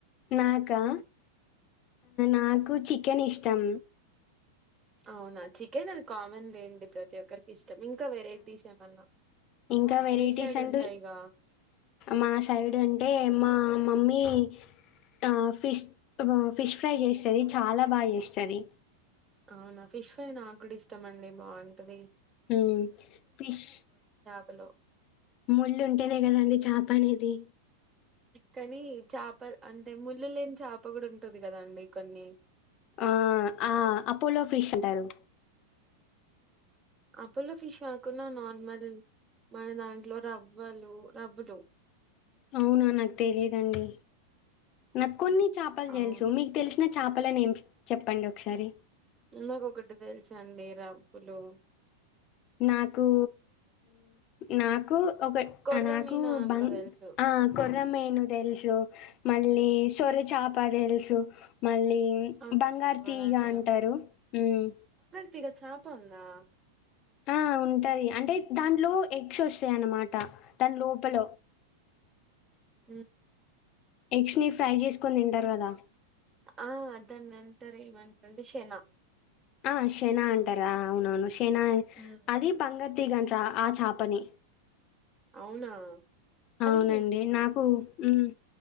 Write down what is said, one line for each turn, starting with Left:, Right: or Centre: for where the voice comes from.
Left: నాకా నాకు చికెన్ ఇష్టం
Right: అవునా చికెన్ అది కామన్ లేండి ప్రతి ఒక్కరికి ఇష్టం ఇంకా వెరైటీస్ ఏమన్నా
Left: ఇంకా వెరైటీస్
Right: మీ సైడ్
Left: అంటూ
Right: ఉంటాయిగా
Left: మా సైడ్ అంటే మా మమ్మీ ఆ ఫిష్ ఫిష్ ఫ్రై చేస్తుది చాలా బాగా చేస్తుంది
Right: అవునా ఫిష్ ఫ్రై నాకు కూడా ఇష్టమ అండి బాగుంటది
Left: అ ఫిష్
Right: హలో <inaudible>
Left: ముళ్ళు ఉంటేనే కదండి చేప అనేది
Right: కానీ చేప అంటే ముళ్ళు లేని చేప కూడా ఉంటంది కదాండి కొన్ని
Left: ఆ ఆ అపోలో ఫిష్ ఉంటారు
Right: అప్పులో ఫిష్ కాకున్నా నార్మల్ మన దాంట్లో రవ్వలు రవ్వతో
Left: ఆ నాకు తెలీదండి నాకు కొన్ని చెప్పలు
Right: అవును
Left: తెలుసు మీకు తెలుస్ నాకు చేపల నేమ్స్ చెప్పండి ఒకసారి
Right: నాకొటి తెలుసు అండి రబులు
Left: నాకు నాకు ఒక
Right: కొర్ర
Left: నాకు
Right: మీనా
Left: బంగ్
Right: కూడా తెలుసు
Left: ఆ కుర్రమీను తెలుసు మ సొర చాప తెలుసు మళ్ళీ
Right: ఆ
Left: బంగారు
Right: తెల్వదండి
Left: తీగా అంటారు హ్మ్
Right: తిగా చాపందా
Left: ఆ ఉంటది అంటే దాంట్లో ఎగ్స్ వస్తాయ అన్నమాట దాని లోపల
Right: హ్మ్మ్
Left: ఎగ్స్ ని ఫ్రై చేసుకొని తింటారు కదా
Right: ఆ దాని ఏమంటారు అంటే శన
Left: ఆ శనా అంటారా అవునవును ఏనా
Right: ఉమ్,
Left: అదే బంగర్ తెగరంటారు ఆ చేపని
Right: అవునా
Left: అవునండి
Right: అది
Left: నాకు హ్మ్